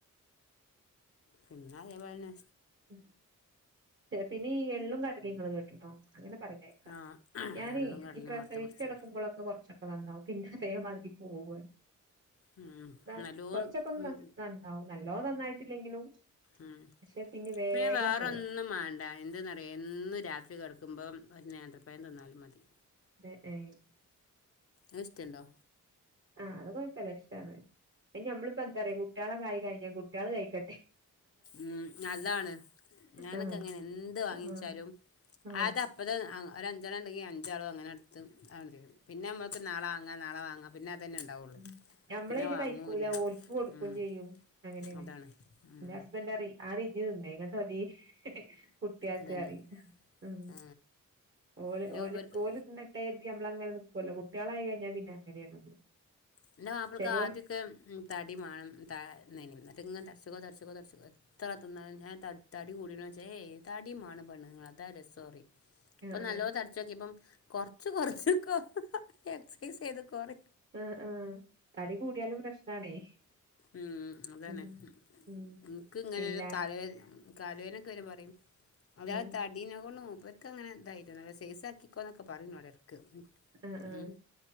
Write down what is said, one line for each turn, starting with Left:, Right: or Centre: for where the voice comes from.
Left: പിന്ന അതേ പോലന്നെ
Right: ചേർക്ക പിന്നെ ഈ എള്ളും കടലിം ഇങ്ങൾ കേട്ട്ണോ? അങ്ങനെ പറിണേക്ക.
Left: ആ
Right: ഞാനേ
Left: എള്ളും കടലയും
Right: ഈ പ്രസവിച്ചടക്കുമ്പളൊക്കെ
Left: വറുത്ത് പൊടിച്ചത്
Right: കൊർച്ചൊ ക്കെ നന്നാവും പിന്നെതേ മാതിരി പോവു
Left: ഉം
Right: <unintelligible>
Left: നല്ലോം
Right: കൊറച്ചൊക്കെ ഒന്ന്
Left: ഉം
Right: നന്ന് നന്നാവും നല്ലോം നന്നായിട്ടില്ലെങ്കിലും.
Left: ഉം
Right: പക്ഷെ വേഗം
Left: പിന്നെ വേറെ
Right: പോവും
Left: ഒന്നും മാണ്ട. എന്ത് ന്നറിയോ എന്നും രാത്രി കെടക്കുമ്പം ഒര് നേന്ത്രപ്പഴം തിന്നാലും മതി.
Right: എ ഏഹ്
Left: അഹ് ഇസ്റ്റൻണ്ടോ?
Right: ആഹ് അത് കൊയ്പ്പല്ല ഇഷ്ടാണ്. അയ്നി ഞമ്മളിപ്പോ എന്താ അറ്യോ കുട്ട്യാളെക്കായി കഴിഞ്ഞാ കുട്ടിയേള് കഴിക്ക
Left: ഉം അതാണ്. ഞാനൊക്കെ
Right: ആഹ്
Left: അങ്ങനെ എന്ത് വാങ്ങിയേച്ചാലും
Right: ആഹ് ആഹ്
Left: അത അപ്പത്തെ അം ഒര ഞ്ചണ്ണണ്ടെങ്കി അഞ്ചാളും അങ്ങനെടുത്തും അതാണ്ട് തീരും. പിന്നെ മ്മക്ക് നാളെ വാങ്ങാ നാളെ വാങ്ങാം. പിന്നെ അതന്നെ ഉണ്ടാവുള്ളൂ
Right: ഉം ഞമ്മളയ്ന്
Left: പിന്നെ വാങ്ങൂല്ല
Right: കഴിക്കൂല ഓൽക്ക് കൊടുക്കും
Left: ഉം
Right: ചെയ്യും അങ്ങനെണ്.
Left: അതാണ് ഉം
Right: ഇന്റെ ഹസ്ബൻഡറി ആദ്യം ഇജ്ജ് തിന്ന്, ഇന്നട്ട് മതി കുട്ടിയക്ക്
Left: അതന്നെ
Right: അറിയും ഉം
Left: ആ
Right: ഓല്
Left: എൻ്റെ
Right: ഓല്
Left: മൂപ്പർക്ക്
Right: കോല് തിന്നട്ടെ ഞമ്മളങ്ങനെ നിക്കുവല്ലോ കുട്ടികളായി കഴിഞ്ഞാ പിന്നെ അങ്ങനെയാ നമ്മള്.
Left: എന്റെ മാപ്പിളക്ക്
Right: ചെലോല്
Left: ആദ്യമൊക്കെ ഉം തടി വേണം ത <unintelligible> എന്നട്ടിങ്ങനെ ത തടിച്ചിക്കോ തടിച്ചിക്കോ തടിച്ചിക്കോ എത്ര തിന്നാലും ഞാൻ ത തടി കൂടീനോ ചോയ്ച്ച ഏഹ് തടി മാണം പെണ്ണുങ്ങള് അതാ രസോ പറയും ഇപ്പൊ
Right: ആഹ്
Left: നല്ലോ തടിച്ചോക്കിയപ്പം കൊറച്ച് കൊറച്ച് കൊ എക്സൈസ് ചെയ്ത് കൊറെ
Right: ആഹ് ആഹ് ആഹ് തടി കൂടിയാലും പ്രശ്നാണേ
Left: ഉം അതന്നെ
Right: ഉം ഉം
Left: എൻക്ക് ഇങ്ങനെ
Right: ഇല്ല
Left: കാലവേദ കാലവേദനൊക്കെ വരുമ്പ പറയും അതാ
Right: ആഹ്
Left: തടീനെ കൊണ്ട് മൂപ്പർക്ക് അങ്ങനെ <unintelligible> സെയ്സ് ആക്കിക്കോന്നൊക്കെ പറയും ഇന്നോട്. ക്ക്
Right: ആഹ്
Left: ഇം
Right: ആഹ്